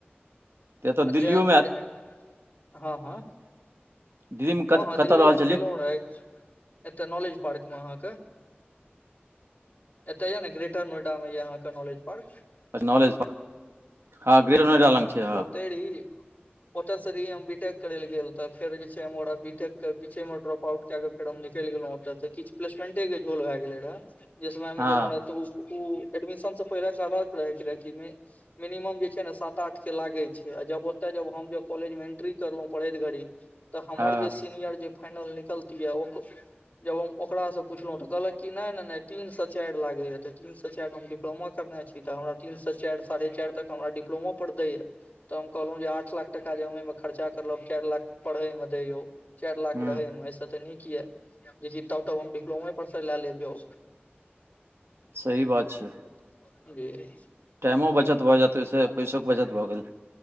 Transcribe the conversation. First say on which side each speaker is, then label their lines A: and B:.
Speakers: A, on the right; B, on the left.
A: तऽ एतऽ
B: आ
A: दिल्लिोम
B: जे हँ हँ
A: दिल्लीमे कतऽ
B: हँ हँ
A: कतऽ
B: दिल्ली
A: रहल
B: हम
A: छलियै
B: गेलहुँ रह एत नालेज पड़कमे अहाँक एतय यऽ ने ग्रेटर नोएडा मे यऽ अहाँ के नॉलेज पार्
A: अच्छा नॉलेज हँ ग्रेड नोएड लग छै ह
B: त ओते सी हम बीटेक करे ले गेल ते फेर जे छैरा बीटेक के पीछे मे ड्रोप आउट क क हम निकलि गेलों ओ तऽ किछु प्लेसमेंटे के झोल भए गेले रहे जे समय में
A: हँ
B: गेलों रह तऽ एडमिशन से पहिले के अलग रहे के रहे मे मिनिमम जे छै ने सात आठ के लागे छ जब ओते जब हम जब कॉलेज मे एंट्री करलहुं पढ़ैत घड़ी तऽ हमर
A: हँ
B: जे सीनियर ज फाइनल निकलती य जब हम ओकास से पुछलहुं तऽ कहलक क नहि नहि नहि तीन से चारि लागे या ते तीन से चारि ह डिप्लोमा करने छी तऽ हमरा तीन से चारि साढ़े चारि तक हमरा डि्लोमा प पर दै य तऽ हम कहलहुँ जे आठ लाख टाका जे हमहिमे खर्चा करलब चारि लाख पढ़े मे दैय चारि लाख
A: हूँ
B: रहैमे एहिसँ तऽ नीक यऽ जेकि तब तब हम डिप्लोमे परसँ लए लेब जॉ
A: सही बात छ
B: अ
A: टाइमो बचत भऽ जायतै ओहिसँ पैसोके बचत भऽ गे